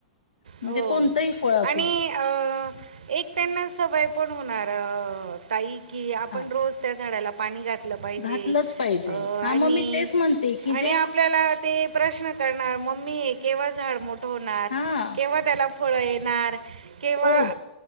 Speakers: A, on the left; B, on the right.
A: म्हणजे
B: हो
A: कोणतंही फळ असू
B: आणि
A: दे.
B: अ एक त्यांना सवय पण होणार ताई की आपण
A: हा
B: रोज त्या झाडाला पाणी घातलं पाहिजे
A: घातलंच पाहिजे.
B: आणि
A: हां मग मी तेच म्हणते की
B: आणि
A: जे
B: आपल्याला ते प्रश्न करणार मम्मी हे केव्हा झाड मोठ होणार?,
A: हां
B: केव्हा त्याला फळ येणार? किंवा
A: रोज